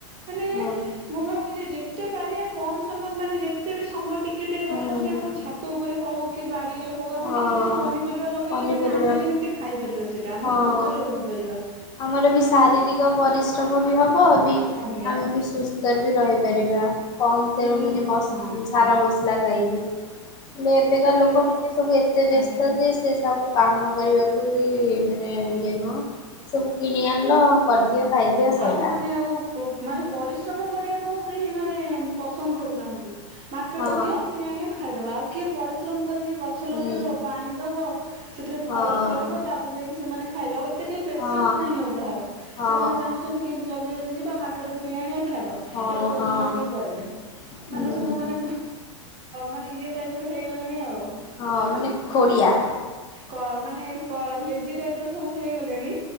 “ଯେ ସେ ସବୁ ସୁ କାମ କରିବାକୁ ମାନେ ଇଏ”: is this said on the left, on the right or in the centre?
Left